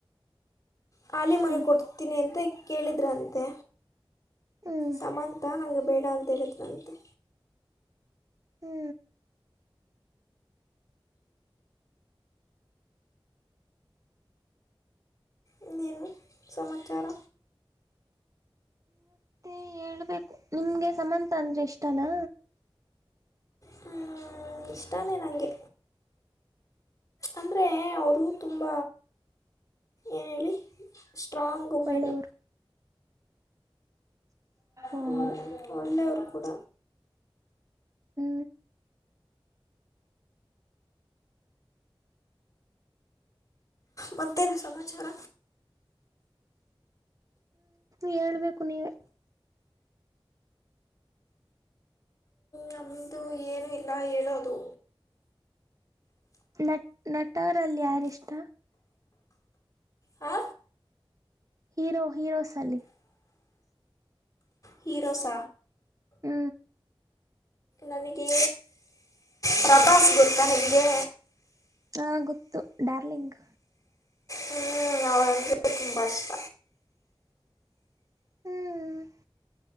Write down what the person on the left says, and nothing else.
ಹಾಲ
ಮಾಡ ಕೊಡ್ತೀನಿ ಅಂತ ಕೇಳಿದ್ರಂತೆ
ಸಮಂತ ನನಿಗ್ ಬೇಡ ಅಂತ ಹೇಳಿದ್ಳಂತೆ
ಇನ್ನೇನು ಸಮಾಚಾರ
ಹೂ ಇಷ್ಟನೇ ನನಗೆ ಅಂದ್ರೆ ಅವರು ತುಂಬ ಏನು ಹೇಳಿ ಸ್ಟ್ರಾಂಗ್ ವಿಮೆನ್
ಹೂ
ಒಳ್ಳೆಯವರು ಕೂಡ
ಮತ್ತೇನು ಸಮಾಚಾರ
ನಮ್ಮದು ಏನು ಇಲ್ಲ ಹೇಳೋದು
ಹಾ
ಹೀರೋಸ್
ನನಗೆ ಪ್ರಭಾಸ್ ಗೊತ್ತಾ ನಿಮಗೆ
ಹ್ಮ್ ಅವಳಂದ ತುಂಬ ಇಷ್ಟ